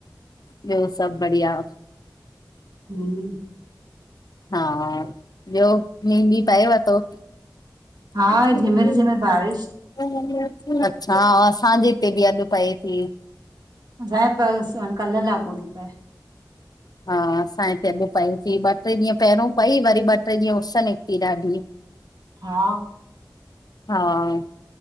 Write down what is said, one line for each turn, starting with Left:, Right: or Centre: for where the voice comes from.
Left: ॿियो सभु बढ़िया।
Right: हम्म,
Left: हा ॿियो मीं बि पए वे तों? <unintelligible>
Right: हा झिमिर झिमिर बारिश
Left: <unintelligible> अच्छा असांजे हिते बि अॼु पए थी।
Right: <unintelligible> कल्ह लाखों थी पए।
Left: हा असां हिते अॼु पईसीं ॿ टे ॾींहं पहिरियों पई वरी ॿ टे ॾींहं उस निकिती ॾाढी।
Right: हा
Left: हा